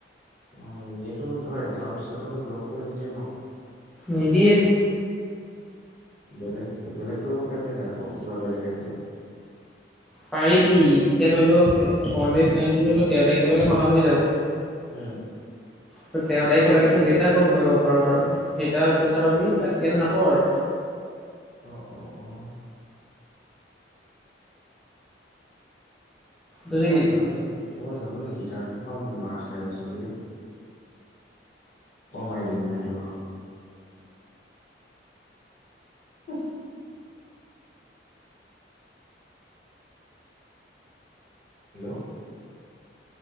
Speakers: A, on the left; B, in the centre.
A: অ, এনেইতো ধৰ একাউণ্ট চেকাউণ্টটো ব্লক কৰি নিদিয়ে ন?
B: নিদিয়ে।
A: বেলেগ বেলেগ কৰিব পাৰিমনে নাই আকৌ কিবা বেলেগ আহিলে?
B: পাৰিবি এতিয়া ধৰি ল, ফোনডেনচনটো তেৰ তাৰিখলৈকে খতম হৈ যাব।
A: উম।
B: ত তেৰ তাৰিখলৈকে যে টা কল কৰিব পাৰো আৰু। সেইটাৰ পইচা পাবি, বাকী কেইটা নাপাওঁ আৰু।
A: অঁ অঁ অঁ
B: বুজিলি
A: মই জানানে মই জানানে গীটাৰ থৰ পৰা মাৰ খাই আছো ৰে? অঁ মাৰি দিলোঁ, মাৰি দিলোঁ ৰ। উ হেল্লো'